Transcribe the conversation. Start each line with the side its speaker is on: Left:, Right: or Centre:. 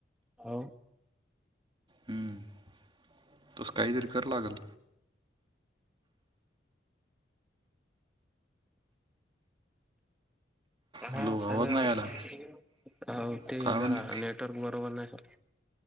Centre: हो!
Right: हम्म तस काहीतरी कर लागल.
Centre: हा
Right: हॅलो
Centre: सांगा
Right: आवाज नाही
Centre: मला
Right: आला
Centre: अहो ते
Right: काय म्हणले
Centre: जरा नेटवर्क बरोबर नाही. <inaudible>